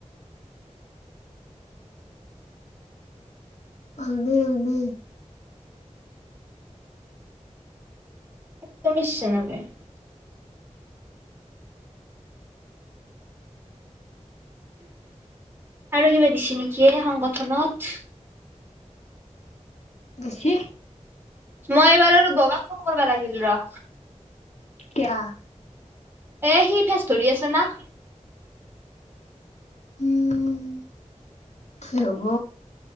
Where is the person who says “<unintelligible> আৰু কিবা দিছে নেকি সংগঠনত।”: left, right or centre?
Right